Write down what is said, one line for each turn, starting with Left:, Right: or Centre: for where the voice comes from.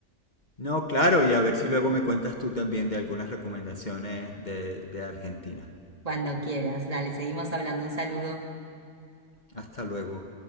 Left: No, claro, y a ver si luego me cuentas tú también de algunas recomendaciones de, de Argentina.
Right: Cuando quieras, dale, seguimos hablando, un saludo.
Left: Hasta luego.